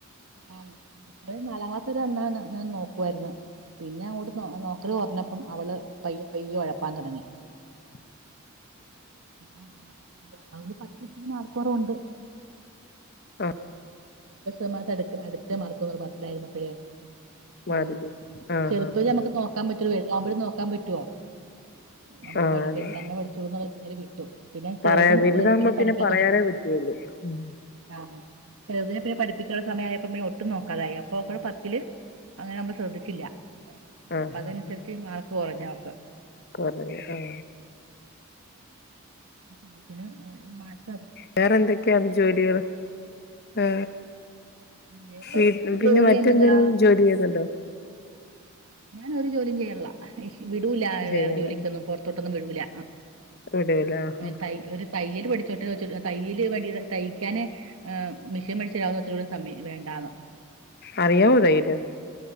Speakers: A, on the right; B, on the left.
A: ആന്ന് ഒര് നാലാംക്ലാസരെ അന്ന എന്നന്ന് ഞാ നോക്വർന്ന് പിന്നെ അവിടെന്ന് നോക്കല് കുറഞ്ഞപ്പം അവള് പയ്യ പയ്യ ഒഴപ്പാൻ തുടങ്ങി
B: ഉ
A: അപ്പ ആഹ അ പത്ത് ലന് മാർക്കൊറവുണ്ട്
B: ആഹ്
A: അടു അടുത്ത മർക്കന്ന പത്തിലായിനരുന്നപ്പഴേ
B: മാറി
A: ഉം
B: കിട്ടും ആഹ്
A: ചെറുപ്പം
B: ആഹ്
A: നമുക്ക് നോക്കാൻ പറ്റൂ വലുതാമ്പോഴും നോക്കാൻ പറ്റുവോ നമ്മള്
B: ആഹ്
A: പഠിക്ക
B: അതെ
A: തന്നെ പഠിച്ചോന്ന് പിന്നെ ചെറുതും
B: പറയാ വലുതാകുമ്പോ
A: പിന്നെ പഠിക്കാൻ
B: പറയാനേ
A: തുടങ്ങി
B: പറ്റുള്ളൂ ആഹ്
A: ആ ചിലതിനെ പിന്നെ പഠിപ്പിക്കാനുള്ള സമയ ആയപ്പോ പിന്നെ ഒട്ടും നോക്കാതായി അപ്പോ പത്തില് അങ്ങനെ നമ്മൾ ശ്രദ്ധിച്ചില്ല
B: ആഹ് ആഹ്
A: അപ്പൊ അതനുസരിച്ച് മാർക്ക് കുറഞ്ഞ അവൾക്
B: കൊറേ ആഹ്
A: മനസ്സിലായില്ല
B: വേറെ എന്തൊക്കെയാണ് ജോലികൾ ഏ
A: വേറെ
B: ഈ പിന്നെ
A: ജോലി
B: മറ്റെന്തോലും
A: എന്നതാ
B: ജോലി ചെയ്യുന്നുണ്ടോ
A: ഞാൻ ഒരു ജോലിയും ചെയ്യണില്ല വിടൂല
B: ചെയ്യണ്ട
A: വേറെ ജോലിക്കൊന്നും പുറത്തോട്ടൊന്നും വിടൂല
B: വിടൂല ആഹ്
A: ത ഒരു തയ്യല്‌ പഠിച്ചോട്ടെ തയ്യയില് വേണ്ടി തയ്ക്കാന് മെഷീൻ മേടിച്ചരാവോ ന്ന് ചോദിച്ചിട്ട് സമ്മയ്ക്കു ല വേണ്ടന്ന്
B: അറിയാമൊ തയ്യല്